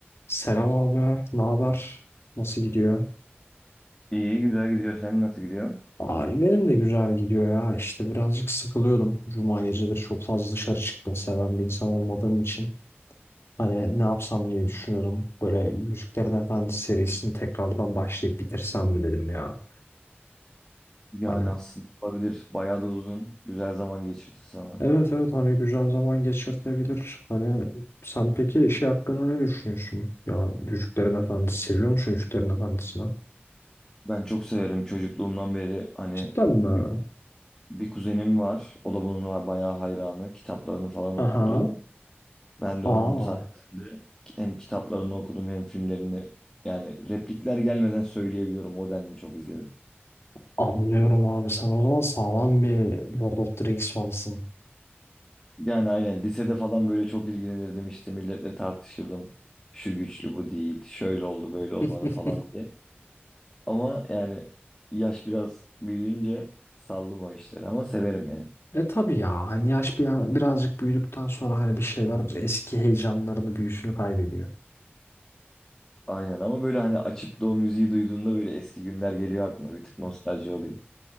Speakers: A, on the left; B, on the left.
A: Selam abi, ne haber? Nasıl gidiyor?
B: İyi güzel gidiyor. Sen nasıl gidiyor?
A: Ay benim de güzel gidiyor ya. İşte birazcık sıkılıyordum. Cuma geceleri çok fazla dışarı çıkmayı seven bir insan olmadığım için. Hani ne yapsam diye düşünüyordum. Böyle Müziklerin Efendisi serisini tekrardan başlayıp bitirsem mi dedim ya.
B: Yani
A: Hani
B: aslında olabilir. Bayağı da uzun. Güzel zaman geçirdi sana.
A: evet evet hani güzel zaman geçirtebilir. Hani sen peki şey hakkında ne düşünüyorsun? Ya Yüzüklerin Efendisi seviyor musun Yüzüklerin Efendisi'ni?
B: Ben çok severim çocukluğumdan beri hani
A: Cidden
B: bir
A: mi?
B: bir kuzenim var. O da bunun var bayağı hayranı. Kitaplarını falan
A: Aha.
B: okurdu. Ben de
A: Aa.
B: onun sayesinde hem kitaplarını okudum hem filmlerini yani replikler gelmeden söyleyebiliyorum. O denli çok izledim.
A: Anlıyorum abi sen o zaman sağlam bir Lord of the Rings fanısın.
B: Yani aynen lisede falan böyle çok ilgilenirdim işte milletle tartışırdım. Şu güçlü bu değil. Şöyle oldu böyle olmalı
A: <laughs>
B: falan diye. Ama yani yaş biraz büyüyünce saldım o işleri ama severim yani.
A: E tabii ya hani yaş bir, birazcık büyüdükten sonra hani bir şeyler eski heyecanlarını büyüsünü kaybediyor.
B: Aynen ama böyle hani açıp da o müziği duyduğunda böyle eski günler geliyor aklına bir tık nostalji oluyor.